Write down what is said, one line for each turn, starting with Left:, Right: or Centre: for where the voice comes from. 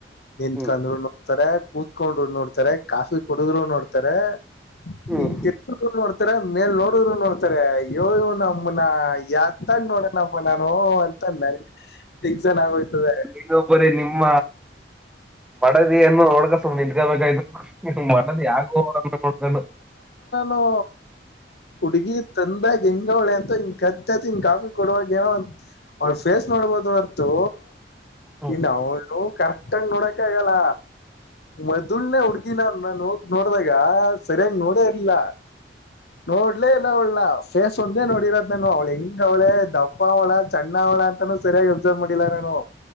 Left: ನಿಂತ್ಕೊಂಡ್ರು
Centre: ಹ್ಮ್
Left: ನೋಡ್ತಾರೆ ಕೂತ್ಕೊಂಡ್ರು ನೋಡ್ತಾರೆ ಕಾಫಿ ಕುಡಿದ್ರು ನೋಡ್ತಾರೆ
Centre: ಹ್ಮ್
Left: ಇ ತಿ ನೋಡ್ತಾರೆ ಮೇಲ್ ನೋಡಿದ್ರು ನೋಡ್ತಾರೆ ಯ ನಮ್ಮ ಯಂದ ನೋಡಣಪ್ಪ ನಾನು ಅಂತಂದ ನನಗೆ ಎಕ್ಸನ್ ಆಗೋಯ್ತದೆ
Centre: ಇನ್ನೊಬ್ಬರಿ ನಿಮ್ಮ ಮಡದಿಯನ್ನು ಒಡ್ಗಸ ನಿಿದ್ಕಬೇಕಾಯ್ತು ಮನ ಯ ಹೋ ಕೊಡ್ತು
Left: ೋ ಹುಡ್ಗಿ ತಂದಾಗ ಹೆಂಗ ಹೊಳೆ ಅಂತ ಹಿಂಗ ಕತ್ತತ್ತ ಹಿಂಗ್ ಕಾಫಿ ಕೊಡುವಾಗ ಏನೋ ಅವಳ ಫೇಸ್ ನೋಡ್ಬೋದು ಹೊರ್ತು
Centre: ಹ್ಮ್
Left: ಇನ್ನು ಅವಳು ಕರೆಕ್ಟ್ಂಗ್ ನೋಡಕ ಆಗಲ್ಲ ಮೊದಲ್ನೆೇ ಹುಡ್ಗಿನಲ್ ನಾ ನೋಡ್ದಾಗ ಸರಿಯಾಗಿ ನೋಡೇ ಇಲ್ಲ ನೋಡ್ಲೇ ಇ ಅವಳ ಫೇಸ್ ಒಂದೇ ನೋಡಿರೋದನು ಅವಳ ಹೆಿಂಗ ಅವಳೆ ದಪ್ಪ ಅವಳ ಚಣ್ಣ ಅವಳ ಅಂತಾನೂ ಸರಿಯಾಗಿ ಮಡಿಲಾರನೋ